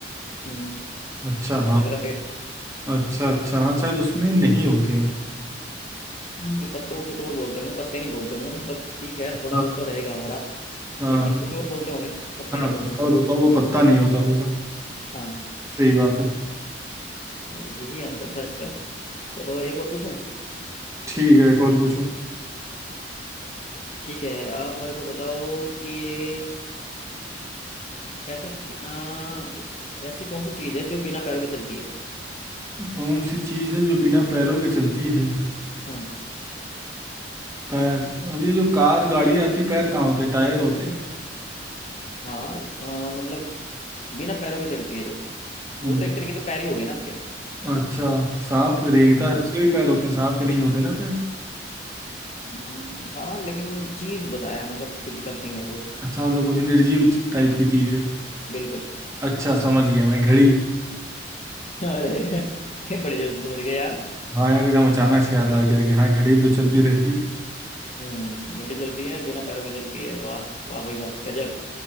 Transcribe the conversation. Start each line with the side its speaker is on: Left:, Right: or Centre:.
Left: हम्म
Right: अच्छा
Left: नारियल
Right: हाँ
Left: का पेड़
Right: अच्छा अच्छा हाँ शायद उसमें नहीं होते हैं
Left: इसके पत्तों को कुछ और बोलते होंगे पत्ते नहीं बोलते होंगे मतलब ठीक है
Right: हाँ
Left: थोड़ा वो तो रहेगा हरा
Right: हाँ
Left: लेकिन कुछ और बोलते होंगे पत्ते
Right: हाँ
Left: नहीं बोलते
Right: कुछ
Left: होंगे
Right: और होता होगा पत्ता नहीं होता होगा
Left: हाँ
Right: सही बात है
Left: तो यही आंसर था इसका चलो एक और पूछूं
Right: ठीक है एक और पूछो
Left: ठीक है आप मेरे को बताओ कि ये ऐसा कि- आ, ऐसी कौन सी चीज है जो बिना पैरों के चलती है
Right: कौन सी चीज़ है जो बिना पैरों के चलती है
Left: हम्म
Right: पैर अब ये जो कार गाड़ी आती है पैर कहाँ होते हैं टायर होते हैं
Left: हाँ आ, मतलब बिना पैरों के चलती है जो
Right: ब-
Left: वो तो एक तरीके से पैर ही हो गए ना उसके
Right: अच्छा सांप रेंगता
Left: हम्म
Right: है उसके भी पैर होते हैं सांप के नहीं होते ना पैर
Left: हम्म, हाँ लेकिन चीज बताया मतलब फिजिकल थिंग है कोई
Right: अच्छा मतलब कुछ निर्जीव टाइप की चीज़ है
Left: बिल्कुल
Right: अच्छा समझ गया मैं घड़ी
Left: अरे <laughs> ये बड़ी जल्दी समझ गए यार
Right: हाँ यार एकदम अचानक से याद आ गया कि हाँ घड़ी भी तो चलती रहती है
Left: हम्म घड़ी चलती है बिना पैरों के चलती है वाह वाह भाई वाह गजब